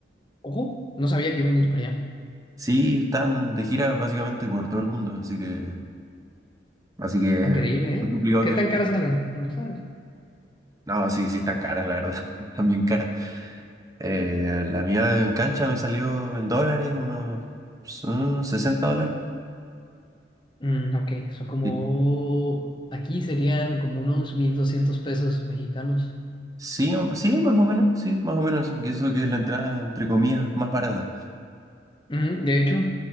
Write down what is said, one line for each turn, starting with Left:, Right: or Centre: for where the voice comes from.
Left: Ojo, no sabía que iba a venir por allá.
Right: Sí, están de gira básicamente por todo el mundo, así que, así que
Left: Increíble,
Right: es muy
Left: ¿eh?
Right: complicado
Left: ¿Qué
Right: que
Left: tan
Right: vendan.
Left: caras salen? No sabes.
Right: No, sí, sí están caras, la verdad, <laughs> están bien caras. Eh, la mía en cancha me salió en dólares, unos mm, 60 dólares.
Left: Mm, ok, son como.
Right: Sí,
Left: Aquí serían como unos 1.200 pesos mexicanos.
Right: sí, o- sí, más o menos, sí, más o menos eso. Y eso que es la entrada, entre comillas, más barata.
Left: Mm, de hecho,